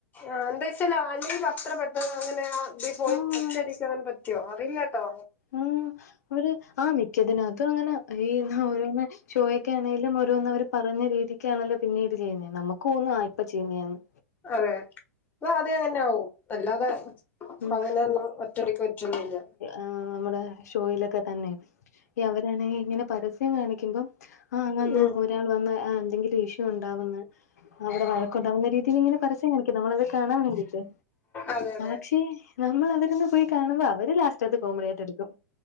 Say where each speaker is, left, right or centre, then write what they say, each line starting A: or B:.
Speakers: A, on the left; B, on the left.
A: ആഹ് എന്താ വെച്ചാല് അല്ലെങ്കിൽ അത്ര പെട്ടെന്ന് അങ്ങനെ ആഹ് ഇതില് പോയി
B: ആഹ്
A: ഒറ്റയടിക്ക് അങ്ങനെ പറ്റു. റ്റോറില്ലട്ടോ.
B: ആഹ് ഓര് ആഹ് മിക്കതിനകത്തും അങ്ങനെ ഈ എന്ന് ഓരോന്. ഷോയ്ക്ക് ആണേലും ഓരോന് അവര് പറഞ്ഞു രീതിക്ക് ആണലോ പിന്നീട് ചെയ്യുന്ന, നമുക്ക് തോന്നും ആഹ് ഇപ്പ ചെയ്യുന്നതെന്ന്.
A: അതെ ആദ്യം അങ്ങനെയാവും അല്ലാതെ. അപ്പൊ
B: ഉം
A: അങ്ങനെ അത് ഒറ്റയടിക്ക് പറ്റൊന്നുല്ല.
B: ആഹ് നമ്മുടെ ഷോയിലൊക്കെ തന്നെ ഈ അവരാണെങ്കിൽ ഇങ്ങനെ പരസ്യം കാണിക്കുമ്പോ. ആഹ് വന്ന്
A: ഉം
B: ഒരാൾ വന്ന് ആഹ് എന്തെങ്കിലും ഇഷ്യൂ ഉണ്ടാവന്ന്. അവിടെ വഴക്കുണ്ടാവുന്ന രീതിയിൽ ഇങ്ങനെ പരസ്യം കാണിക്കും, നമ്മള് അത് കാണാൻ വേണ്ടിയിട്ട്.
A: അതെ അതെ.
B: പക്ഷെ നമ്മള് അതിലൊന്ന് പോയി കാണുമ്പോ അവര് ലാസ്റ്റത്തെ കോമഡിയായിട്ട് എടുക്കും.